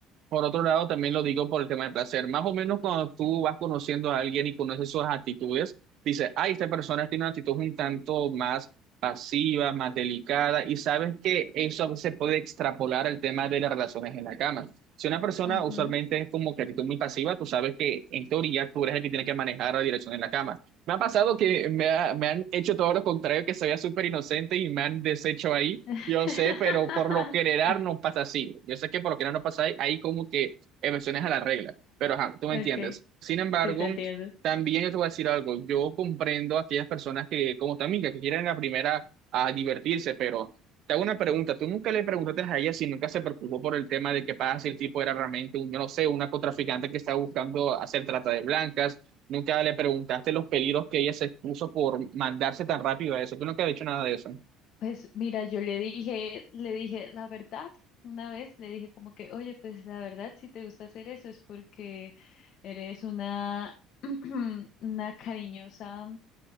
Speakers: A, on the right; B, on the left.
A: por otro lado, también lo digo por el tema del placer. Más o menos cuando tú vas conociendo a alguien y conoces sus actitudes, dices, ay, esta persona tiene una actitud un tanto más pasiva, más delicada, y sabes que eso se puede extrapolar al tema de las relaciones en la cama. Si una persona
B: Ujú.
A: usualmente es como que actitud muy pasiva, tú sabes que en teoría tú eres el que tiene que manejar la dirección en la cama. Me ha pasado que me, ha- me han hecho todo lo contrario, que se vea súper inocente y me han deshecho ahí.
B: <laughs>
A: Yo sé, pero por lo general no pasa así. Yo sé que por lo general no pasa ahí, ahí como que excepciones a la regla, pero ajá, tú me
B: Okay,
A: entiendes. Sin embargo,
B: sí te entiendo.
A: también yo te voy a decir algo. Yo comprendo a aquellas personas que, como tu amiga, que quieren la primera a divertirse, pero te hago una pregunta. ¿Tú nunca le preguntaste a ella si nunca se preocupó por el tema de que pasa si el tipo era realmente un, yo no sé, una contraficante que estaba buscando hacer trata de blancas? ¿Nunca le preguntaste los peligros que ella se expuso por mandarse tan rápido a eso? ¿Tú nunca has dicho nada de eso?
B: Pues mira, yo le dije, le dije la verdad. Una vez le dije como que, oye, pues la verdad, si te gusta hacer eso es porque eres una, <clears throat> una cariñosa